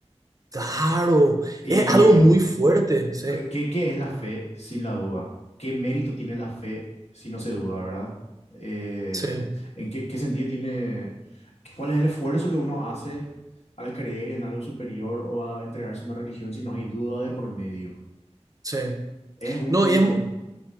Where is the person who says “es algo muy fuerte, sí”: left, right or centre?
Right